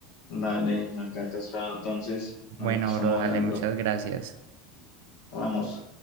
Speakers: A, on the left (about 50°); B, on the right (about 70°).
A: Dale, acá te espero. Entonces,
B: Bueno,
A: nos estamos
B: bro, dale,
A: hablando.
B: muchas gracias.
A: Vamos.